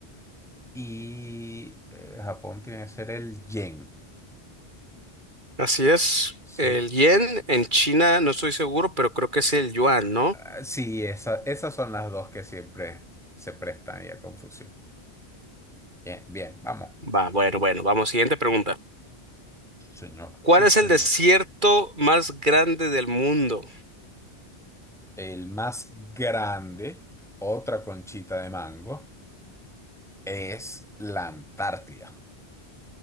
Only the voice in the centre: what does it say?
y eh, Japón tiene que ser el yen,
¿sí?
Ah, sí, esa- esas son las dos que siempre se prestan ahí a confusión. Bien, bien, vamos.
Señor,
sí,
señor.
El más grande, otra conchita de mango, es la Antártida.